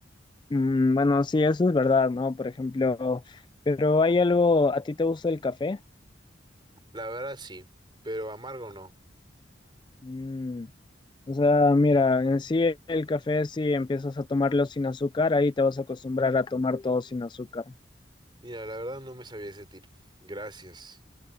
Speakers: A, on the left (about 25°); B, on the right (about 25°).
A: Mm, bueno, sí, eso es verdad, ¿no? Por ejemplo, pero hay algo, ¿a ti te gusta el café?
B: La verdad sí, pero amargo no.
A: Mm, O sea, mira, en sí el café, si empiezas a tomarlo sin azúcar, ahí te vas a acostumbrar a tomar todo sin azúcar.
B: Mira, la verdad no me sabía ese tip. Gracias.